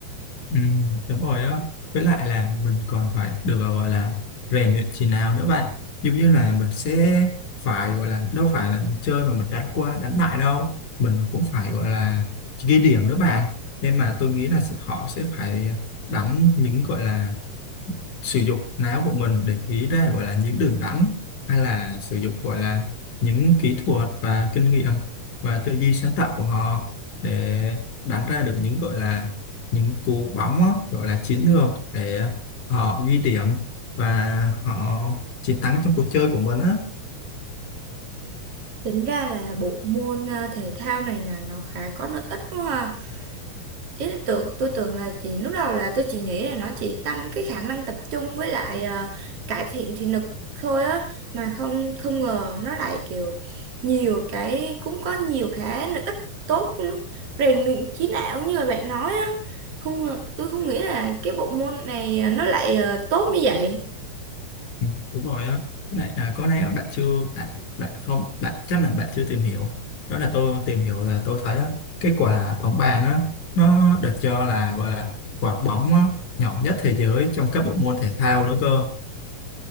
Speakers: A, on the left; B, on the right.
A: ừ, đúng rồi đó với lại là mình còn phải được gọi là rèn luyện chỉ nào nữa bạn giống như là mình sẽ phải gọi là đâu phải là mình chơi mà mình đánh qua đánh lại đâu mình cũng phải gọi là ghi điểm nữa bạn nên mà tôi nghĩ là sẽ- họ sẽ phải đánh những gọi là sử dụng não của mình để nghĩ ra gọi là những đường đắn hay là sử dụng gọi là những kỹ thuật và kinh nghiệm và tư duy sáng tạo của họ để đánh ra được những gọi là những cú bóng á, gọi là chiến lược để họ ghi điểm và họ chiến thắng trong cuộc chơi của mình á
B: tính ra là bộ môn ờ, thể thao này là nó khá có lợi ích quá ha ý là tưởng tôi tưởng là chỉ lúc đầu là tôi chỉ nghĩ là nó chỉ tăng cái khả năng tập trung với lại ờ, cải thiện thị lực thôi á mà không không ngờ nó lại kiểu nhiều cái cũng có nhiều cái lợi ích tốt của nó. rèn luyện trí não như là bạn nói á không ngờ- tôi không nghĩ là cái bộ môn này ờ, nó lại ờ, tốt như vậy
A: Ừ, đúng rồi á Với lại à, có lẽ bạn chưa bạn bạn không bạn chắc là bạn chưa tìm hiểu đó là tôi tìm hiểu là tôi thấy á, cái quả bóng bàn á nó được cho là gọi là quả bóng á, nhỏ nhất thế giới trong các bộ môn thể thao nữa cơ